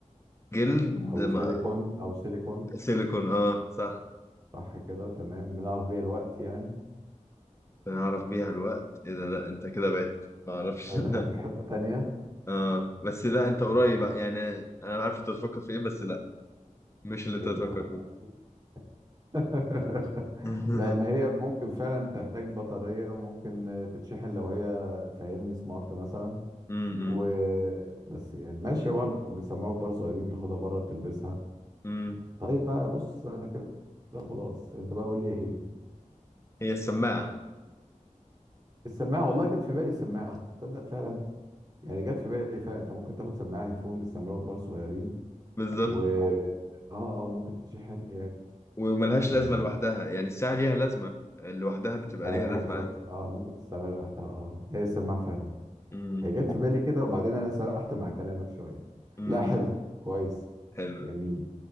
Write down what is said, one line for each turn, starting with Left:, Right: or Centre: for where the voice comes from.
Left: جلد
Right: او
Left: ما...
Right: سيليكون او سيليكون
Left: سيليكون اه صح
Right: صح كده تمام بنعرف بيها الوقت يعني
Left: بنعرف بيها الوقت ايه ده لا انت كده بعت ما اعرفش
Right: أنا دخلت
Left: <laughs> لا
Right: في حتة تانية
Left: اه بس
Right: آه،
Left: لا انت قريب يعني انا عارف انت بتفكر في ايه بس لا مش اللي انت
Right: أنت
Left: بتفكر
Right: فاهم
Left: فيه
Right: قصدي؟ <laughs>
Left: <laughs> امم
Right: لأن هي ممكن فعلا تحتاج بطارية وممكن آه، تتشحن لو هي فاهمني سمارت مثلا
Left: امم
Right: وبس يعني ماشية برضه وبيسموك برضه صغيرين تاخدها بره بتلبسها
Left: امم
Right: طيب بقى بص أنا كده كده خلاص أنت بقى قول لي إيه هي
Left: هي السماعة
Right: السماعة والله جت في بالي السماعة تصدق فعلا يعني جت في بالي فعلا أنت ممكن تاخد سماعة هيدفون بيسموك برضه صغيرين
Left: بالظبط
Right: و اه اه ممكن تتشحن هي
Left: وملهاش
Right: اه
Left: لازمة لوحدها يعني الساعة ليها لازمة لوحدها بتبقى
Right: ايوه
Left: ليها لازمة
Right: بالظبط
Left: عادي
Right: اه ممكن تستعملها لوحدها اه هي السماعه فعلا
Left: امم
Right: هي جت في بالي كده وبعدين انا سرحت مع كلامك شويه
Left: امم
Right: لا حلو كويس
Left: حلو
Right: جميل